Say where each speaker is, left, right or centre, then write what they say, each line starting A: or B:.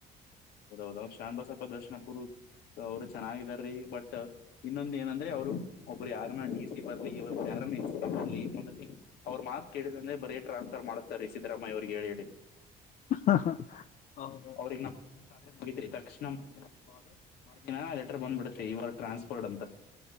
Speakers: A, on the left; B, on the left.
A: ಹೌದ ಹೌದ ಅವ್ರರು ಶರಣ್ ಬಸಪ್ಪ ದರ್ಶನ ಪುರು ಅವರು ಚೆನ್ನಾಗಿದಾರೀ ಬಟ್ ಇನ್ನೊಂದ ಏನಂದ್ರೆ ಅವ್ರು ಒಬ್ರು ಯಾರನ್ನ ಡಿ ಸಿ ಬರ್ಲಿ ಒಬ್ರಯಾರನ್ನ ಎಸ್ ಬರ್ಲಿ ಅವ್ರು ಮಾತ ಕೇಳಿದ್ರನ್ ಬರೀ ಟ್ರಾನ್ಸ್ಫರ್ ಮಾಡಸತಾರೇ ಸಿದ್ದರಾಮಯ್ಯ ಅವ್ರಿಗೆ ಹೇಳಿ ಹೇಳಿ.
B: ಹ ಹ ಹೌದು
A: ಅವ್ರಗ್ ನಾವು ಆದ್ರೆ ಮುಗಿದತ್ರಿ ತಕ್ಷಣ ಮರ್ದ ಕಾಲು ಮರ್ದಿನ ಲೆಟರ್ ಬಂದ್ಬಿಡುತ್ತೆ ಇವಾಗ ಟ್ರಾನ್ಸ್ಪೋರ್ಟ್ ಅಂತ